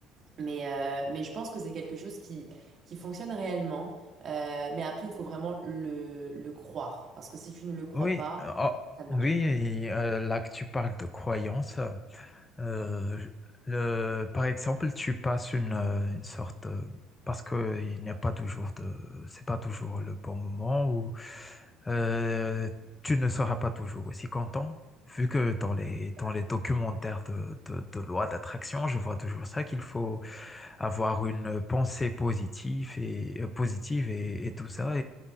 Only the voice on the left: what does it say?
Oui,
oh,
oui, et, euh, là que tu parles de croyance, euh, je- le, par exemple, tu passes une, euh, une sorte, euh, parce que il n'y a pas toujours de, c'est pas toujours le bon moment où euh, tu ne seras pas toujours aussi content, vu que dans les
dans
les documentaires de de, de loi d'attraction, je vois toujours ça qu'il faut avoir une pensée positive et euh, positive
et, et tout ça